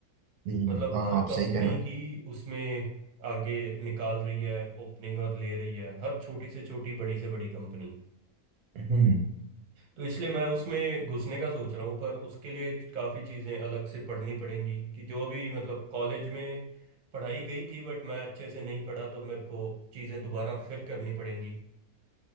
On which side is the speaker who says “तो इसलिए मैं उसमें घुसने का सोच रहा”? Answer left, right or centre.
Right